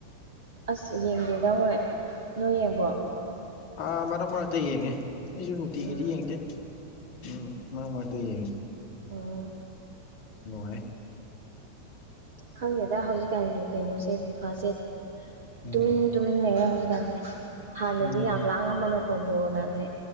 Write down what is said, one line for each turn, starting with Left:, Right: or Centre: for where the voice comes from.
Right: ꯑꯁ ꯌꯦꯡꯗꯦꯗ ꯍꯣꯏ ꯅꯣꯏ ꯌꯦꯡꯕ꯭ꯔꯣ
Left: ꯑꯥ ꯃꯔꯛ ꯃꯔꯛꯇ ꯌꯦꯡꯉꯦ ꯑꯩꯁꯨ ꯅꯨꯡꯇꯤꯒꯤꯗꯤ
Right: ꯎꯝ
Left: ꯌꯦꯡꯗꯦ ꯎꯝ ꯃꯔꯛ ꯃꯔꯛꯇ ꯌꯦꯡꯉꯦ
Right: ꯑꯥ
Left: ꯅꯨꯡꯉꯥꯏ
Right: ꯈꯪꯗꯦꯗ ꯍꯧꯖꯤꯛꯀꯥꯟꯒꯤ ꯀꯩꯅꯣꯁꯦ <unintelligible> ꯈꯥꯁꯦ
Left: ꯎꯝ
Right: ꯇꯨꯃꯤꯟ ꯇꯨꯃꯤꯟ ꯂꯩꯔꯦ ꯍꯧꯖꯤꯛꯀꯥꯟꯁꯦ ꯍꯥꯟꯅꯗꯤ
Left: ꯎꯝ
Right: ꯌꯥꯝ ꯂꯥꯡꯉꯝꯕ <unintelligible> ꯕꯣꯜꯒꯁꯦ